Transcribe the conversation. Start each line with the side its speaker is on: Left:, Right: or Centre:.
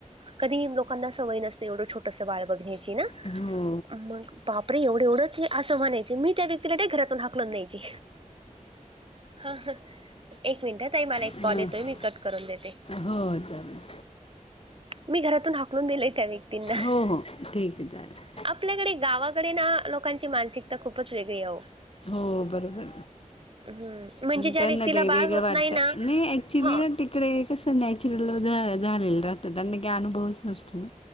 Right: कधी लोकांना सवय नसते. एवढं छोटंसं बाळ बघण्याची ना.
Left: हां हो
Right: मग बाप रे एवढं एवढंच ये असं म्हणायची. मी त्या व्यक्तीला लगे घरातून हाकलून द्यायची. हा हा एक मिनिट ताई मला एक
Left: हां
Right: कॉल येतोय. मी कट करून देते.
Left: हो चालेल
Right: मी घरातून हकलून दिलेय त्या व्यक्तींना.
Left: हो हो ठीक आहे चालेल.
Right: आपल्याकडे गावाकडे ना लोकांची मानसिकता खूपच वेगळी ओ.
Left: हो बरोबर
Right: हम्म, म्हणजे ज्या
Left: त्यांना
Right: व्यक्तीला
Left: ते
Right: बाळ
Left: वेगळं
Right: होत
Left: वाटत
Right: नाही ना
Left: नाही ऍक्च्युली
Right: हा
Left: ना ते तीकडे कसं नॅचरल झालेल राहत त्यांना काय अनुभवच नसतो ना.